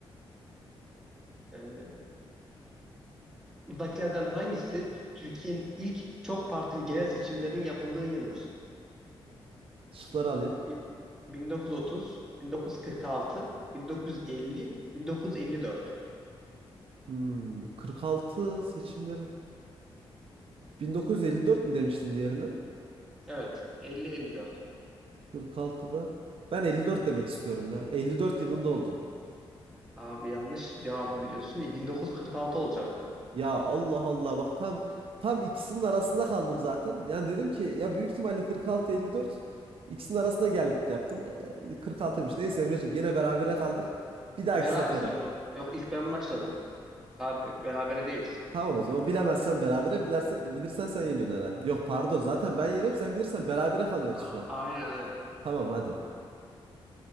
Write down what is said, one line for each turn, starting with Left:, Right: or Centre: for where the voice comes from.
Centre: Ee, Aşağıdakilerden hangisi Türkiye'nin ilk çok partili genel seçimlerinin yapıldığı yıldır?
Right: Şıkları alayım.
Centre: Bi- 1930, 1946, 1950, 1954.
Right: Hmm, 46 seçimleri 1954 mü demiştin diğerine?
Centre: Evet, 50-54.
Right: 46'da. Ben 54 demek istiyorum ya. 54 yılında oldu.
Centre: Abi yanlış cevap biliyorsun. E, 1946 olacaktı.
Right: Ya Allah Allah bak tam tam ikisinin arasında kaldım zaten. Yani dedim ki ya büyük ihtimalle 46 54 ikisinin arasında gel git yaptım. Ee, 46'ymış. Neyse Emreciğim gene berabere kaldık. Bir dahaki
Centre: Ver
Right: sefere.
Centre: abi sorumu. Yok ilk ben başladım. Abi berabere değiliz.
Right: Tamam o zaman bilemezsen berabere bilersen, bilirsen sen yeniyorsun herhalde. Yok pardon zaten ben yeniyorum sen bilirsen berabere kalıyoruz
Centre: Ah,
Right: şu an.
Centre: aynen aynen.
Right: Tamam hadi.